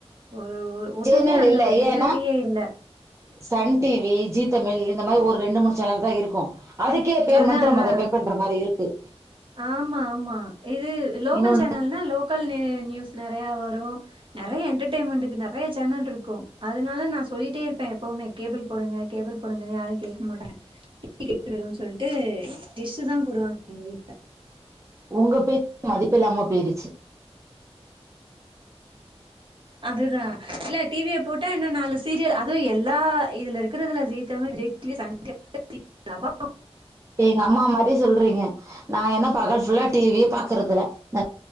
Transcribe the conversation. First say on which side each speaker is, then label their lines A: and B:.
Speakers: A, on the right (about 50°); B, on the right (about 25°).
A: ஒரு ஒன்னுமே
B: சேனல்
A: அதுல
B: இல்ல
A: ஒரு ஃபசிலிட்டியே
B: ஏன்னா
A: இல்ல
B: சன் டிவி ஜி தமிழ் இந்த மாரி ஒரு ரெண்டு மூணு சேனல் தா இருக்கு அதுக்கே பேர்
A: அதான்
B: மந்திரம்
A: அதான்.
B: அத பே பண்ற மாதிரி இருக்கு
A: ஆமா ஆமா இது லோக்கல்
B: இன்னொன்னு
A: சேனல்னா லோக்கல்நியூ நியூஸ் நிறையா வரு நிறைய என்டர்டையன்மென்ட்டுக்கு நிறைய சேனல் இருக்கு அதனால நா சொல்லிட்டே இருப்பே எப்பவுமே கேபிள் போடுங்க கேபிள் போடுங்கன்னு யாரு கேட்க மாட்டாங்க <inaudible> சொல்லிட்டு டிஷ் தா போடுவாங்க எங்க வீட்டு
B: உங்க பேசு மதிப்பில்லாம போயிருச்சி
A: அதுதா இல்ல டி வி ய போட்டா இன்னு நாலு சீரியல் அதுவு எல்லா இதுல இருக்குறதுல ஜீ தமிழ் விஜய் <inaudible> <inaudible>
B: எங்க அம்மா மாரி சொல்றீங்க நா என்ன பகல் ஃபுல்லா டி வி யே பாக்குறது இல் இந்த